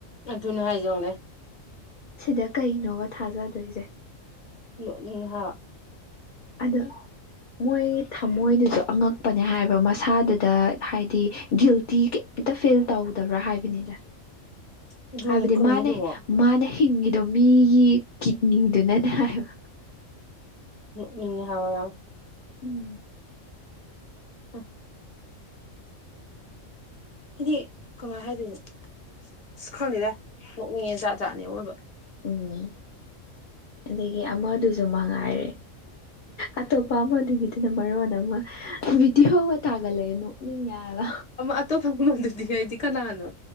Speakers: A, on the left; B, on the left.
A: ꯑꯗꯨ ꯑꯗꯨꯅ ꯍꯥꯏꯖꯧꯅꯦ
B: ꯁꯤꯗ ꯀꯩꯅꯣꯕ ꯊꯥꯖꯗꯣꯏꯁꯦ
A: ꯎꯝ ꯍꯥ
B: ꯑꯗ ꯃꯣꯏ ꯊꯃꯣꯏꯗꯨꯁꯨ ꯑꯉꯛꯄꯅꯦ ꯍꯥꯏꯕ ꯃꯁꯥꯗꯨꯗ ꯍꯥꯏꯗꯤ ꯒꯤꯜꯇꯤ ꯑꯦꯇ ꯐꯤꯜ ꯇꯧꯗꯕ꯭ꯔꯥ ꯍꯥꯏꯕꯅꯤꯗ
A: <inaudible>
B: ꯍꯥꯏꯕꯗꯤ
A: ꯀꯩꯅꯣ
B: ꯃꯥꯅ
A: ꯑꯗꯨꯕꯣ
B: ꯃꯥꯅ ꯍꯤꯡꯉꯤꯗꯣ ꯃꯤꯒꯤ ꯀꯤꯠꯅꯤꯗꯨꯅꯅꯦ ꯍꯥꯏꯕ
A: ꯎꯅꯤꯡꯍ
B: ꯎꯝ
A: ꯑ ꯍꯥꯏꯗꯤ ꯀꯃꯥꯏꯅ ꯍꯥꯏꯗꯣꯏꯅꯣ ꯑ ꯈꯪꯗꯦꯗ ꯅꯣꯛꯅꯤꯡꯉꯦ ꯖꯥꯠ ꯖꯥꯠꯅꯦ ꯑꯣꯏꯕ <inaudible>
B: ꯎꯝ ꯑꯗꯒꯤ ꯑꯃꯗꯨꯁꯨ ꯃꯉꯥꯏꯔꯦ ꯑꯇꯣꯞꯄ ꯑꯃꯗꯨꯒꯤꯗꯨꯅ ꯃꯔꯣꯟ ꯑꯃ ꯚꯗꯤꯑꯣꯒ ꯊꯥꯒꯠꯂꯛꯑꯦ ꯅꯣꯛꯅꯤꯡꯉꯕ
A: ꯑꯇꯣꯞꯄ ꯑꯃꯜꯗꯗꯤ ꯍꯥꯏꯗꯤ ꯀꯅꯥꯅꯣ